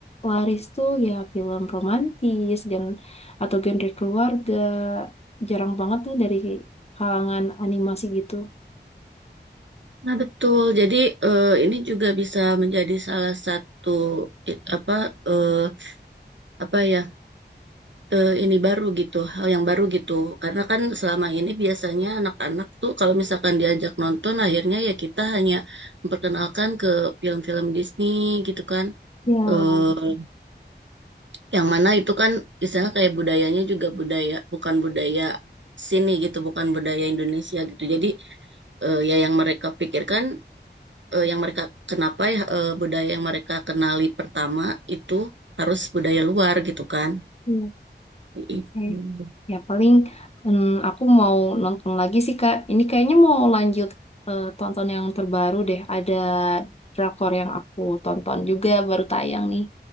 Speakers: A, on the left; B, on the right.
A: laris tuh ya film romantis gen atau genre keluarga. Jarang banget tuh dari kalangan animasi gitu.
B: Nah, betul. Jadi eh, ini juga bisa menjadi salah satu i- apa eh, apa ya eh, ini baru gitu, hal yang baru gitu. Karena kan selama ini biasanya anak-anak tuh kalau misalkan diajak nonton, akhirnya ya kita hanya memperkenalkan ke film-film Disney gitu kan.
A: Ya,
B: Eh, yang mana itu kan misalnya kayak budayanya juga budaya bukan budaya sini gitu, bukan budaya Indonesia gitu. Jadi eh, ya yang mereka pikirkan eh, yang mereka kenapa ya eh, budaya yang mereka kenali pertama itu harus budaya luar gitu kan.
A: iya.
B: Gitu.
A: Eh, Ya paling em, aku mau nonton lagi sih Kak. Ini kayaknya mau lanjut eh, tonton yang terbaru deh. Ada drakor yang aku tonton juga baru tayang nih.